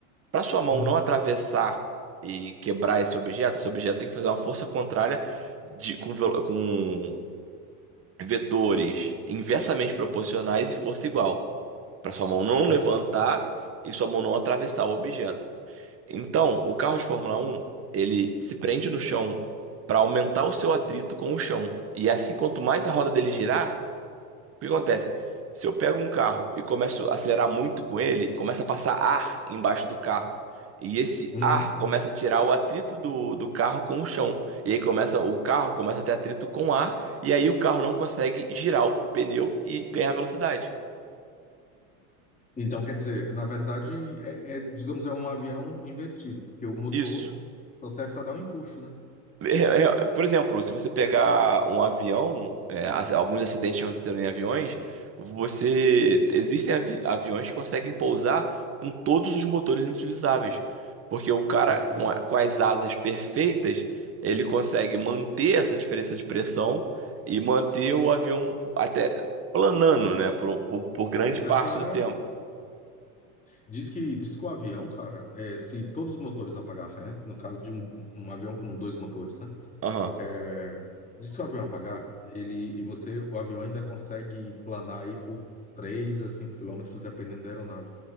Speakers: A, on the right (about 30°); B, on the left (about 15°).
A: Para sua mão
B: Uhum.
A: não atravessar e quebrar esse objeto, esse objeto tem que fazer uma força contrária de com, velo- com vetores inversamente proporcionais e força igual, para sua mão não levantar
B: Certo.
A: e sua mão não atravessar o objeto. Então, o carro de Fórmula um ele se prende no chão para aumentar o seu atrito com o chão. E é assim, quanto mais a roda dele girar, O que acontece? Se eu pego um carro e começo a acelerar muito com ele, começa a passar ar embaixo do carro. E esse
B: Uhum.
A: ar começa a tirar o atrito do, do carro com o chão. E aí começa, o carro começa a ter atrito com o ar, e aí o carro não consegue girar o pneu e ganhar velocidade.
B: Então, quer dizer, na verdade, é, é, digamos, é um avião invertido, porque o motor
A: Isso.
B: só serve para dar um empuxo, né?
A: É, é, é, Por exemplo, se você pegar um avião, é, a- alguns acidentes que aconteceram em aviões, você existem avi- aviões que conseguem pousar com todos os motores inutilizáveis, porque o cara
B: Perfeito.
A: com, a- com as asas perfeitas, ele consegue manter essa diferença de pressão e manter o avião até planando, né, por, por, por grande
B: É verdade.
A: parte do tempo.
B: Diz que, diz que o avião, cara, é, se todos os motores apagassem, né? No caso de um, um avião com dois motores, né?
A: Aham.
B: É, Diz que se o avião apagar, ele e você, o avião ainda consegue planar aí por 3 a 5 quilômetros, dependendo da aeronave.